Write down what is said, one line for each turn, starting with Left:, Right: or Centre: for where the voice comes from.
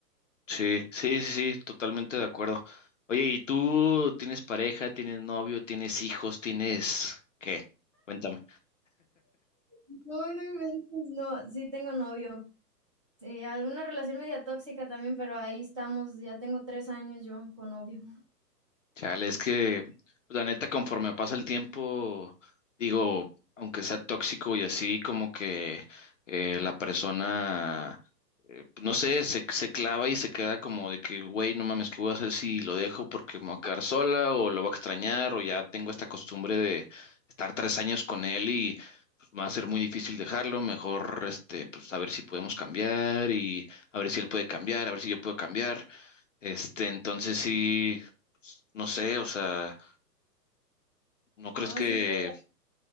Left: sí, sí, sí, sí, totalmente de acuerdo. Oye, ¿y tú tienes pareja, tienes novio, tienes hijos, tienes qué? Cuéntame.
Right: No, no inventes, no, sí tengo novio. Sí, alguna relación media tóxica también, pero ahí estamos, ya tengo tres años yo con novio.
Left: Chale, es que pues, la neta, conforme pasa el tiempo, digo, aunque sea tóxico y así, como que eh, la persona, eh, no sé, se, se clava y se queda como de que, güey, no mames, ¿qué voy a hacer si lo dejo porque me voy a quedar sola o lo voy a extrañar o ya tengo esta costumbre de estar tres años con él y pues, va a ser muy difícil dejarlo, mejor, este, pues a ver si podemos cambiar y a ver si él puede cambiar, a ver si yo puedo cambiar. Este, entonces sí, pues, no sé, o sea, ¿no crees
Right: No,
Left: que,
Right: sí está,